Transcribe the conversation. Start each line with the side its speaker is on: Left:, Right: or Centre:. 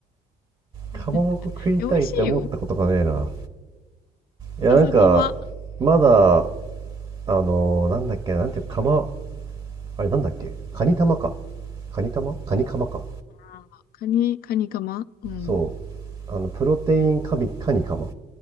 Left: うん
Right: かまぼこ食いたいって思ったことがねえな
Left: <laughs> え、美味しいよ。
Right: いやなんか
Left: 笹かま。
Right: まだあのーなんだっけなんていうかかまあれなんだっけカニ玉かカニ玉カニカマか
Left: あーカニ、カニかま。うん。
Right: そうあのプロテインカミカニカマ